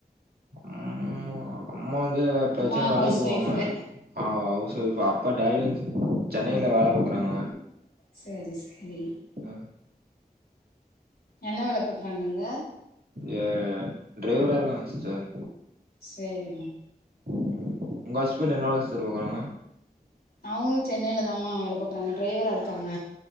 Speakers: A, on the right; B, on the left.
A: ம் அம்மா வந்து எப்பயாச்சும்
B: அம்மா
A: வேலைக்கு
B: ஹவுஸ்
A: போவாங்க
B: ஒய்ஃபு
A: ஆ அவுஸ் ஒய்ஃப் அப் அப்பா டாடி வந்து சென்னையில வேல பாக்குறாங்க
B: சேரி சேரி
A: ம்
B: என்ன வேல பாக்றாங்கங்க
A: ஏ டிரைவரா இருக்காங்க சிஸ்டர்
B: சரி
A: ம் உங்க ஹஸ்பண்ட் என்னாவா சிஸ்டர் பாக்குறாங்க
B: அவுங்ளு சென்னையில தா மா வேல பாக்றாங்க டிரைவரா இருக்காங்க